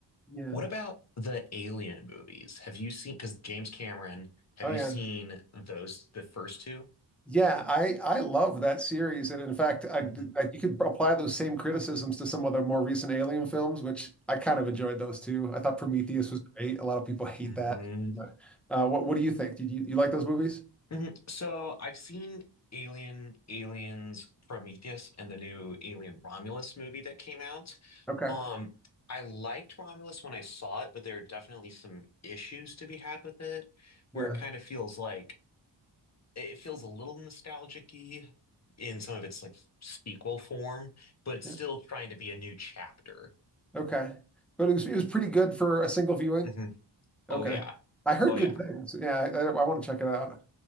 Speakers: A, in the centre; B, on the left.
A: Yeah.
B: What about the Alien movies? Have you seen, because James Cameron, have
A: Oh
B: you
A: yeah.
B: seen those, the first two?
A: Yeah, I I love that series and in fact I,
B: hmm
A: d- I- you could apply those same criticisms to some of the more recent Alien films which I kind of enjoyed those too. I thought Prometheus was great. A lot of people hate
B: hmm mm-hmm,
A: that. But uh what what do you think? Did you you like those movies?
B: hmm So I've seen Alien, Aliens, Prometheus, and the new Alien Romulus movie that came out.
A: Okay.
B: Um, I liked Romulus when I saw it, but there are definitely some issues to be had with it, where
A: Yeah.
B: it kind of feels like it feels a little nostalgic-y in some of its like sequel form, but it's
A: Yeah.
B: still trying to be a new chapter.
A: Okay. But it was it was pretty good for a single viewing.
B: hmm
A: Okay.
B: Oh yeah.
A: I heard
B: Oh yeah.
A: good things. Yeah, I, I, I want to check it
B: hmm
A: out.